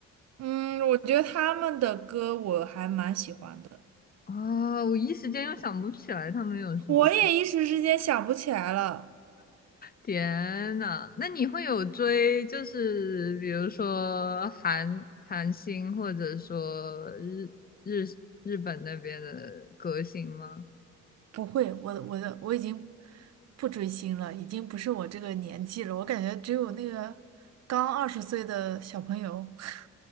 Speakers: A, on the right; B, on the left.
A: 嗯，我觉得他们的歌我还蛮喜欢的，
B: 啊，我一时间又想不起来他们有什么歌。
A: 我也一时之间想不起来了。
B: 天呐，那你会有追，就是比如说韩韩星，或者说日日日本那边的歌星吗？
A: 不会，我的我的我已经不追星了，已经不是我这个年纪了。我感觉只有那个刚二十岁的小朋友。<laughs>